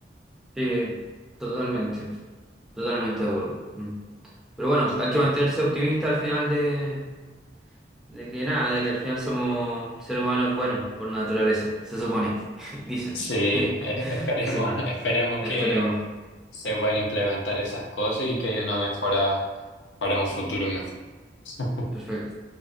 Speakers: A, in the centre; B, on the left.
A: sí, totalmente, totalmente de acuerdo. Mm. Pero bueno,
B: Sí,
A: hay que mantenerse optimista al final de, de que nada, de que al final somos, el ser humano es bueno por naturaleza, se supone, <laughs>
B: <laughs>
A: dicen.
B: Sí, e-
A: <laughs>
B: esperemos,
A: Sí,
B: <laughs> esperemos
A: esperemos.
B: que se puedan implementar esas cosas y que haya una mejora para un futuro mejor. <laughs>
A: Perfecto.